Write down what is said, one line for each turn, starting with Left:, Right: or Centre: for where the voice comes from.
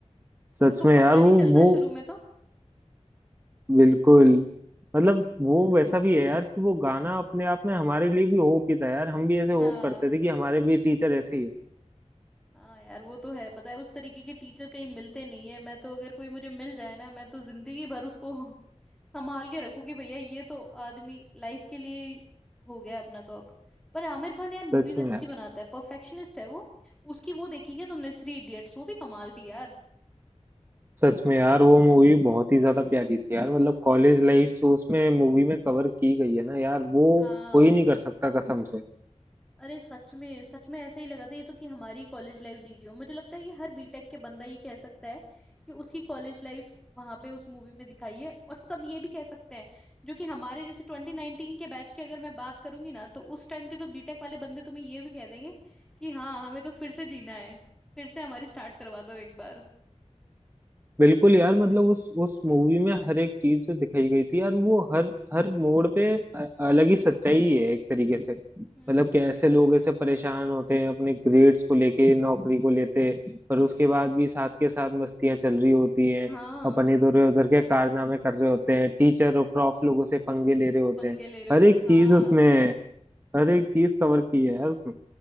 Right: सच
Centre: उसको
Right: में यार
Centre: पता
Right: वो
Centre: नहीं चलता
Right: वो
Centre: शुरू में
Right: बिल्कुल मतलब वो वैसा भी है यार कि वो
Centre: तो
Right: गाना अपने आप में हमारे लिए भी होप ही था यार हम भी ऐसे
Centre: हाँ
Right: होप करते थे कि हमारे भी टीचर ऐसे ही हो
Centre: हाँ यार वो तो है पता है उस तरीके के टीचर कहीं मिलते नहीं है मैं तो अगर कोई मुझे मिल जाए ना मैं तो जिंदगी भर उसको <laughs> संभाल के रखूं कि भैया ये तो आदमी लाइफ के लिए हो गया अपना तो अब पर आमिर खान यार
Right: सच
Centre: मूवीज अच्छी
Right: में यार।
Centre: बनाता है परफेक्शनिस्ट है वो उसकी वो देखी क्या तुमने थ्री इडियट्स वो भी कमाल थी यार
Right: सच में यार वो मूवी बहुत ही ज्यादा प्यारी थी यार मतलब कॉलेज लाइफ जो उसमें मूवी में कवर की गई है ना यार वो
Centre: हाँ
Right: कोई नहीं कर सकता कसम से
Centre: अरे सच में सच में ऐसा ही लगा था ये तो कि हमारी कॉलेज लाइफ जी रही हो मुझे लगता है कि हर बीटेक के बंदा ये कह सकता है कि उसकी कॉलेज लाइफ वहां पे उस मूवी में दिखाई है और सब ये भी कह सकते हैं जो कि हमारे जैसे 2019 के बैच की अगर मैं बात करूंगी ना तो उस टाइम के तो बीटेक वाले बंदे तुम्हें ये भी कह देंगे कि हाँ हमें तो फिर से जीना है फिर से हमारी स्टार्ट करवा दो एक बार
Right: बिल्कुल यार मतलब उस उस मूवी में हर एक चीज जो दिखाई गई थी यार वो हर हर मोड़ पे अ- अलग ही सच्चाई है एक तरीके से मतलब
Centre: हम्म
Right: कैसे लोग ऐसे परेशान होते हैं अपने ग्रेड्स को लेके नौकरी को लेते पर
Centre: हम्म
Right: उसके बाद भी साथ के साथ मस्तियां चल रही होती हैं
Centre: हाँ
Right: अपन इधर उधर के कारनामे कर रहे होते हैं टीचर और प्रॉफ लोगों से पंगे ले रहे होते
Centre: पंगे
Right: हैं
Centre: ले रहे
Right: हर
Centre: होते
Right: एक
Centre: हैं हाँ
Right: चीज उसमें अरे एक चीज कवर की है यार उसने